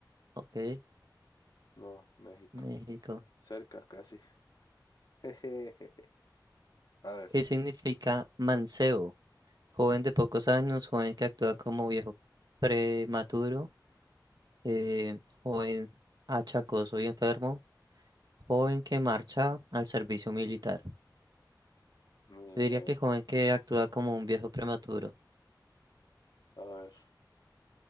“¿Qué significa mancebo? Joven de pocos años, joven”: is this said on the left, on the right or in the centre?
Right